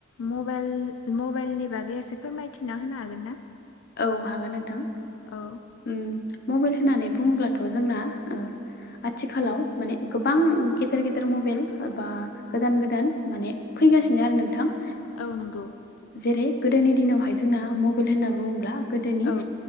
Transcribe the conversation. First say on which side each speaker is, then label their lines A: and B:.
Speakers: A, on the left; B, on the left.
A: मबाइल मबाइलनि बागै एसे फोरमायथिना होनो हागोन ना।
B: औ हागोन नोंथां
A: औ
B: ओम। मबाइल होननानै बुङोब्लाथ' जोंना ओ। आथिखालाव माने गोबां गेदेर गेदेर मबाइल बा गोदान गोदान माने फै फैगासिनो आरो नोंथां।
A: औ नंगौ
B: जेरै गोदोनि दिनावहाय जोंना मबाइल होनना बुङोब्ला गोदोनि
A: औ